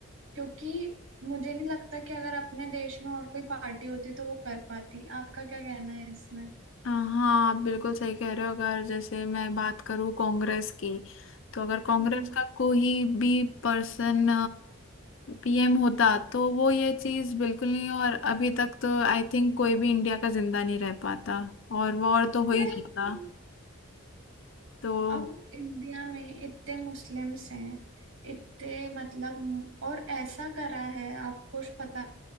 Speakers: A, on the right (about 75°); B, on the left (about 65°).
A: क्योंकि मुझे नहीं लगता कि अगर अपने देश में और कोई पार्टी होती तो वो कर पाती आपका क्या कहना है इसमें
B: अ, हाँ आप बिल्कुल सही कह रहे हो अगर जैसे मैं बात करूँ कांग्रेस की तो अगर कांग्रेस
A: हम्म
B: का कोई भी पर्सन पीएम होता तो वो ये चीज़ बिल्कुल नहीं और अभी तक तो आई थिंक कोई भी इंडिया का जिंदा नहीं रह पाता और वॉर तो हो
A: नहीं
B: ही जाता तो
A: अब इंडिया में इतने मुस्लिम्स हैं इतने मतलब और ऐसा करा है आपको श- पता